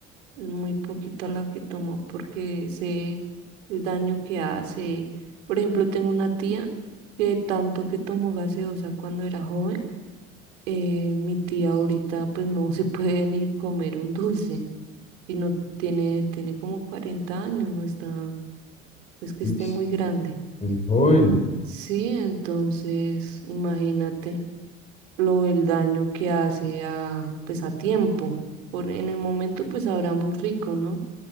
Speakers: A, on the right; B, on the left.
A: es muy poquita la que tomo porque sé el daño que hace. Por ejemplo, tengo una tía que tanto que tomó gaseosa cuando era joven, eh, mi tía ahorita pues no <laughs> se puede ni comer un dulce. Y no tiene, tiene como 40 años, no está, es que
B: Es,
A: esté muy grande.
B: es joven.
A: Sí, entonces imagínate lo el daño que hace a, pues a tiempo. Por, en el momento pues habrá muy rico, ¿no?